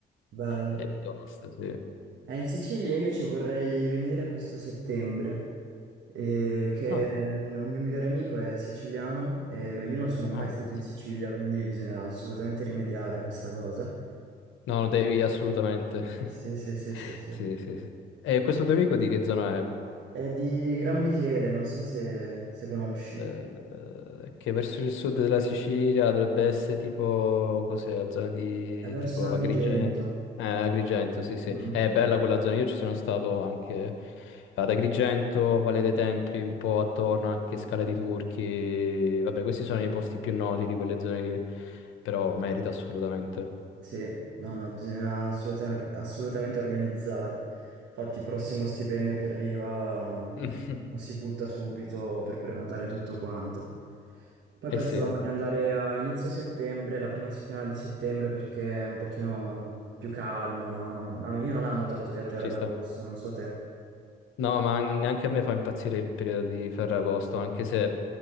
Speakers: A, on the right (about 65°); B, on the left (about 80°).
A: Bello.
B: E tosto, sì.
A: Eh, in Sicilia io ci vorrei venire questo settembre, eh, che
B: Ah,
A: il mio migliore amico è siciliano e io non sono mai
B: ah,
A: stato
B: penso-
A: in Sicilia, quindi bisogna assolutamente rimediare a questa cosa.
B: no, devi assolutamente. <laughs>
A: Sì, sì, sì, sì, sì.
B: Sì, sì, sì. E questo tuo amico di che zona è?
A: È di Gran Michele, non so se, se conosci. È
B: eh, che verso il sud della Sicilia dovrebbe essere tipo, cos'è, la zona di
A: verso
B: tipo
A: Agrigento.
B: Agrigento. Eh, Agrigento, sì, sì.
A: Mm. mm.
B: È bella quella zona. Io ci sono stato anche ad Agrigento, Valle dei Templi, un po' attorno, anche Scala dei Turchi. Vabbè, questi sono i posti più noti di quelle zone lì, però merita assolutamente.
A: Sì, no, no, bisogna assolutamente, assolutamente organizzare. Infatti, il prossimo stipendio che arriva
B: <laughs>
A: lo si butta subito per prenotare tutto quanto. Poi
B: Eh
A: pensavamo
B: sì,
A: di andare a inizio settembre, la prima settimana di settembre, perché è un pochino più calmo, no? A me- Io non amo tanto viaggiare
B: ci
A: ad
B: sta.
A: agosto, non so te.
B: No, ma an- neanche a me fa impazzire il periodo di Ferragosto, anche se